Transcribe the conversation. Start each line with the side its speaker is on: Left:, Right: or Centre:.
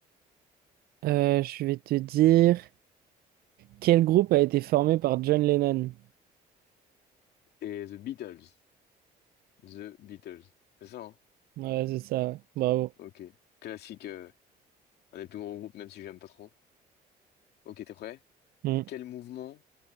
Right: Euh, je vais te dire quel groupe a été formé par John Lennon.
Left: Et The Beatles. The Beatles. C'est ça, hein?
Right: Ouais, c'est ça, ouais. Bravo.
Left: Ok. Classique, euh, un des plus gros groupes, même si j'aime pas trop. Ok, t'es prêt?
Right: Mm.
Left: Quel mouvement,